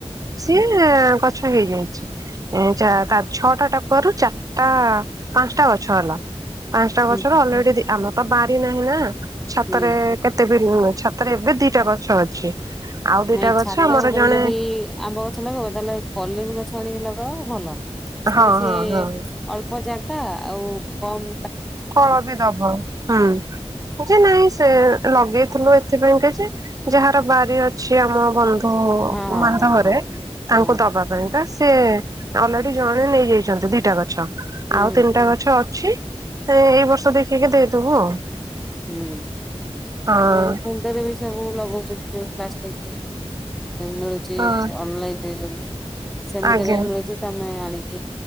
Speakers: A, on the right (about 30°); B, in the centre.
A: ସିଏ କଥା ଗଛ ହେଇଯାଇଛି ଛଅଟା ଟାକୁଆ ରୁ ଚାରିଟା ପାଞ୍ଚଟା ଗଛ ହେଲା ପାଞ୍ଚଟା
B: ହୁଁ
A: ଗଛର ଅଲରେଡି ଆମର ତ ବାରି ନାହିଁ ନା ଛାତରେ
B: ହୁଁ
A: କେତେ ଛାତରେ ଏବେ ଦିଟା ଗଛ ଅଛି। ଆଉ ଦିଟା
B: ନାଇଁ
A: ଗଛ
B: ଛାତ
A: ଆମର
B: ଉପରେ
A: ଜଣେ
B: ଯଦି ଆମ୍ବ ଗଛ ଲଗେଇବ ତାହେଲେ କଲିମ ଗଛ ଆଣିକେ ଲଗ ଭଲ। ମାନେ
A: ହଁ
B: ସିଏ
A: ହଁ ହଁ
B: ଅଳ୍ପ ଜାଗା ଆଉ କମ୍
A: ଫଳ ବି ଦବ ହୁଁଛି ନାଇଁ ସେ ଲଗେଇ ଥିଲୁ ଏଥିପାଇଁ ଯେ ଯାହାର ବାରି ଅଛି ଆମ ବନ୍ଧୁ
B: ହଁ
A: ତ ମାଧଘରେ
B: ହଁ ହଁ ହଁ
A: ତାଙ୍କୁ
B: ହଁ
A: ଦବା ପାଇଁକା ସେ ଅଲରେଡି ଜଣେ ନେଇଯାଇଛନ୍ତି ଦିଟା ଗଛ
B: ହୁଁ
A: ଆଉ ତିନିଟା ଗଛ ଅଛି। ସେ ଏଇ ବର୍ଷ ଦେଖିକ ଦେଇଦେବୁ।
B: ହୁଁ
A: ହଁ
B: ଏ କୁଣ୍ଡରେ ବି ସବୁ ଲଗ ଯୋଉ ପ୍ଲାଷ୍ଟିକ ମିଳୁଛି
A: ହଁ
B: ଅନଲାଇନରେ ଯୋଉ ସେମିତିଲେ
A: ଆଜ୍ଞା
B: ବି ମିଳୁଛି ତମେ ଆଣି ତା